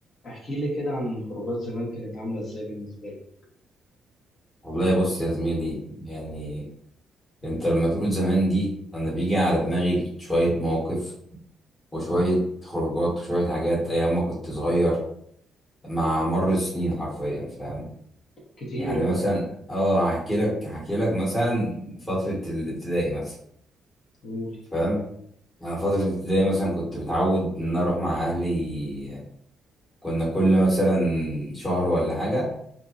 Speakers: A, on the left; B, on the left.
A: احكي لي كده عن خروجات زمان كانت عاملة ازاي بالنسبة لك
B: والله بص يا زميلي يعني انت لما تقول زمان دي انا بيجي على دماغي شوية مواقف وشوية خروجات وشوية حاجات ايام ما كنت صغير مع مر السنين حرفيا فاهم
A: كتير
B: يعني مثلا
A: اه
B: اه هحكي لك هحكي لك مثلا فترة الابتدائي مثلا
A: قول
B: فاهم انا فترة الابتدائي مثلا كنت متعود ان انا اروح مع اهلي كنا كل مثلا شهر ولا حاجة